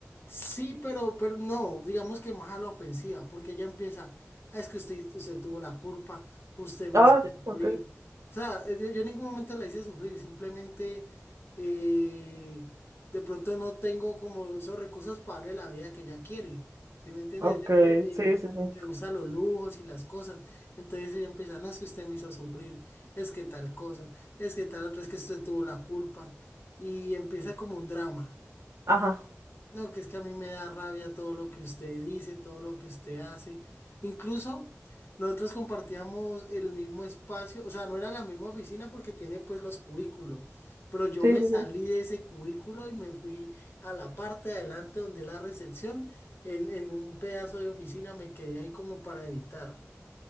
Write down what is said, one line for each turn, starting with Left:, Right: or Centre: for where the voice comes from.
Left: Sí, pero, pero no, digamos que más a la ofensiva, porque ya empieza, "Ah, es que usted, usted tuvo la culpa, usted me
Right: Ah,
Left: hizo
Right: Sí.
Left: sufrir.
Right: ok,
Left: O sea, eh, yo, yo en ningún momento la hice sufrir, simplemente eh, de pronto no tengo como esos recursos para darle la vida que ella quiere. ¿Sí me entiende?
Right: ok,
Left: Ella como que
Right: sí, sí, sí.
Left: le gustan los lujos y las cosas. Entonces ella empieza, no, es que usted me hizo sufrir, es que tal cosa, es que tal otra, es que usted tuvo la culpa. Y empieza como un drama.
Right: Ajá,
Left: No, que es que a mí me da rabia todo lo que usted dice, todo lo que usted hace. Incluso nosotros compartíamos el mismo espacio, o sea, no era la misma oficina porque tiene pues los cubículos, pero yo
Right: sí,
Left: me
Right: sí,
Left: salí
Right: sí.
Left: de ese cubículo y me fui a la parte de adelante donde la recepción, en, en un pedazo de oficina me quedé ahí como para evitar,